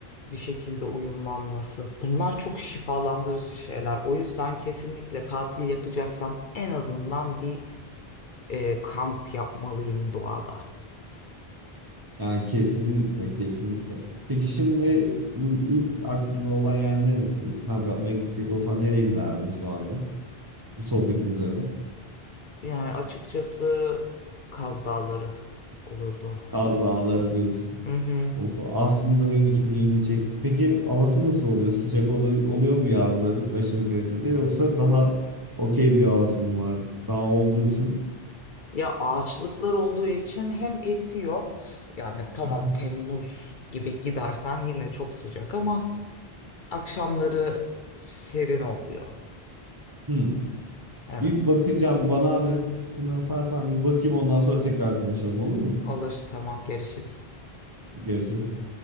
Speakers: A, on the left (about 55°); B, on the right (about 20°).
A: bir şekilde uyumlanması. Bunlar çok şifalandırıcı şeyler. O yüzden kesinlikle tatil yapacaksam en azından bir e, kamp yapmalıyım doğada.
B: Yani kesinlikle kesinlikle. Peki şimdi ilk aklında olan yer neresi? Kamp yapmaya gidecek olsan nereye giderdin şu anda? Bu sohbetin üzerine.
A: Yani açıkçası Kaz Dağları olurdu.
B: Kaz Dağları diyorsun.
A: Hı hı.
B: Of, aslında benim de çok ilgimi çekti. Peki havası nasıl oluyor? Sıcak ol- oluyor mu yazları aşırı derecede yoksa daha okey bir havası mı var? Dağ olduğu için.
A: Ya ağaçlıklar olduğu için hem esiyor s- yani tamam
B: <laughs>
A: Temmuz gibi gidersen yine çok sıcak ama akşamları serin oluyor.
B: Hmm.
A: Evet
B: Bir bakacağım. Bana adres listesini atarsan bir bakayım ondan sonra tekrar konuşalım olur mu?
A: alır tamam görüşürüz.
B: Görüşürüz.